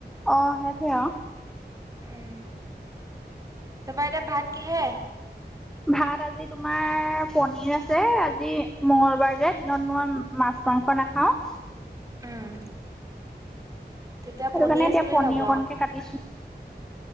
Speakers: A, in the centre; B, on the right.
A: অ সেইথেৱ আ
B: উম তাপা এতিয়া ভাত কিহে?
A: ভাত আজি তোমাৰ পনিৰ আছে আজি মঙ্গলবাৰ যে দিনত মই মাছ মাংস নাখাও।
B: উম, তেতিয়া
A: সেইটো
B: পনীয়ে
A: কাৰণে এতিয়া
B: চলি
A: পনীৰ
B: যাব।
A: অকণকে কাটিছো।